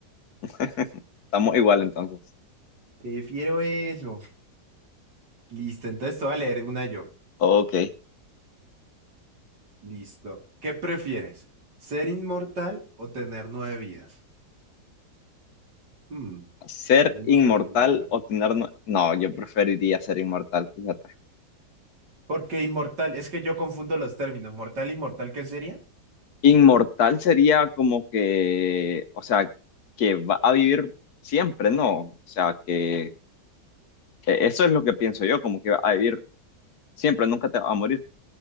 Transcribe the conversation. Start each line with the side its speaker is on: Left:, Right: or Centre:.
Left: <laughs> Estamos igual entonces.
Right: prefiero eso. Listo, entonces te voy a leer una yo.
Left: Ok.
Right: Listo. ¿Qué prefieres? ¿Ser inmortal o tener nueve vidas? Hmm,
Left: ¿Ser
Right: buena
Left: inmortal
Right: pregunta.
Left: o tener... nue- No, yo preferiría ser inmortal, fíjate.
Right: Porque inmortal, es que yo confundo los términos. ¿Mortal, e inmortal qué sería?
Left: Inmortal sería como que, o sea, que va a vivir siempre, ¿no? O sea, que que eso es lo que pienso yo, como que va a vivir siempre, nunca te va a morir.